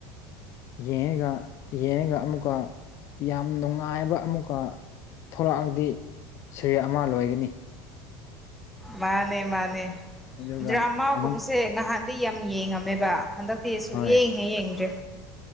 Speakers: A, on the left; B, in the centre.
A: ꯌꯦꯡꯉꯒ ꯌꯦꯡꯉꯒ ꯑꯃꯨꯛꯀ ꯌꯥꯝ ꯅꯨꯡꯉꯥꯏꯕ ꯑꯃꯨꯛꯀ ꯊꯣꯛꯂꯛꯑꯗꯤ ꯁꯔꯤ ꯑꯃ ꯂꯣꯏꯒꯅꯤ
B: ꯃꯥꯅꯦ ꯃꯥꯅꯦ
A: ꯑꯗꯨꯒ
B: ꯗ꯭ꯔ ꯑꯃꯥꯒꯨꯝꯁꯦ
A: ꯑꯃꯨꯛ
B: ꯉꯍꯥꯟ ꯗꯤ ꯌꯥꯝ ꯌꯦꯡꯉꯝꯃꯦꯕ ꯍꯟꯗꯛꯇꯤꯁꯨ
A: ꯍꯣꯏ
B: ꯌꯦꯡꯉꯦ ꯌꯦꯡꯗ꯭ꯔꯦ